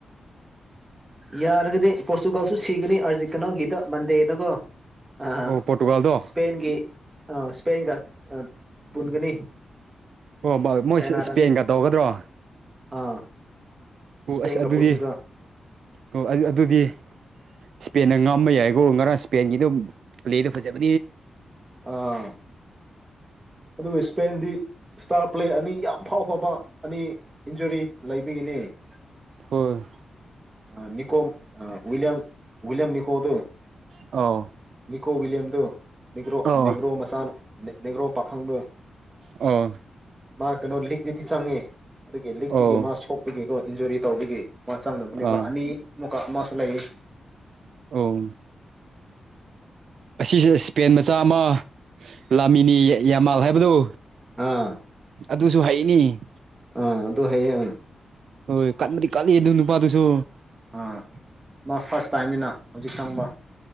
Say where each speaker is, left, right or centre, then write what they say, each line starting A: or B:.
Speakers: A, on the right; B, on the right.
A: ꯌꯥꯔꯒꯗꯤ ꯄꯣꯔꯇꯨꯒꯥꯜꯁꯨ ꯁꯤꯒꯅꯤ ꯑꯥꯔꯖꯦꯟꯇꯤꯅꯥꯒꯤꯗ ꯃꯟꯗꯦꯗꯀꯣ ꯑ
B: ꯑꯣ ꯄꯣꯔꯇꯨꯒꯥꯜꯗꯣ
A: ꯁꯄꯦꯟꯒ ꯑꯥ ꯁ꯭ꯄꯦꯒ ꯄꯨꯟꯒꯅꯤ
B: ꯑꯣ ꯃꯣꯏ
A: ꯇꯥꯏꯅꯥꯔꯅꯤ
B: ꯏꯁꯄꯦꯟꯒ ꯇꯧꯒꯗ꯭ꯔꯣ
A: ꯑꯥ
B: ꯑꯣ
A: ꯏꯁꯄꯦꯟꯒ
B: ꯑꯁ ꯑꯗꯨꯗꯤ
A: ꯄꯣꯔꯆꯨꯒꯜ
B: ꯑꯣ ꯑꯗꯨꯗꯤ ꯏꯁꯄꯦꯟꯗ ꯉꯝꯕ ꯌꯥꯏꯀꯣ ꯉꯔꯥꯡ ꯏꯁꯄꯦꯟꯒꯤꯗꯨꯝ ꯄ꯭ꯂꯦꯗ ꯍꯧꯖꯕ
A: ꯑꯥ ꯑꯗꯨꯒ ꯏꯁꯄꯦꯟꯗꯤ ꯏꯁꯇꯥꯔ ꯄ꯭ꯂꯦ ꯑꯅꯤ ꯌꯥꯝ ꯐꯥꯎ ꯐꯕ ꯑꯅꯤ ꯏꯟꯖꯨꯔꯤ ꯂꯩꯕꯒꯤꯅꯤ <unintelligible>
B: ꯍꯣꯏ
A: ꯅꯤꯀꯣꯝ ꯑꯋꯌꯝ ꯋꯂꯤꯌꯝ ꯅꯤꯀꯣ ꯇ
B: ꯑꯧ
A: ꯅꯤꯀꯣ ꯋꯂꯤꯌꯝ ꯇ ꯒ꯭ꯔꯣ
B: ꯑꯧ
A: ꯅꯦꯒ꯭ꯔꯣ ꯃꯆꯥ ꯅꯦꯒ꯭ꯔꯣ ꯄꯥꯈꯪꯅ
B: ꯑꯧ
A: ꯃꯥ ꯀꯩꯅꯣ ꯂꯤꯛꯇꯛꯇꯨꯗꯤ ꯆꯪꯉꯤ ꯑꯗꯨꯒꯤ ꯂꯤꯛꯇꯛꯇꯨꯒꯤ
B: ꯑꯧ
A: ꯃꯥ ꯁꯣꯛꯄꯒꯤ ꯀꯩꯅꯣ ꯏꯟꯖꯨꯔꯤ ꯇꯧꯕꯒꯤ ꯃꯥ ꯆꯪꯅꯕꯅꯦꯕ
B: ꯑꯥ
A: ꯑꯅꯤ ꯑꯃꯨꯛꯀ ꯑꯃꯁꯨ ꯂꯩꯌꯦ
B: ꯑꯧ ꯑꯁꯤꯁꯦ ꯏꯁꯄꯦꯟ ꯃꯆꯥ ꯑꯃ ꯂꯥꯃꯤꯅꯤ ꯌꯥꯃꯥꯜ ꯍꯥꯏꯕꯗꯨ
A: ꯑꯥ
B: ꯑꯗꯨꯁꯨ ꯍꯅꯤ
A: ꯑꯥ ꯑꯗꯨ ꯍꯌꯦ
B: ꯍꯣꯏ ꯀꯟꯕꯗꯤ ꯀꯜꯂꯤ ꯑꯗꯨ ꯅꯨꯄꯥꯗꯨꯁꯨ
A: ꯑꯥ ꯃꯥ ꯐꯥꯔꯁ ꯇꯥꯏꯝꯅꯤꯅ ꯍꯧꯖꯤꯛ ꯆꯪꯕ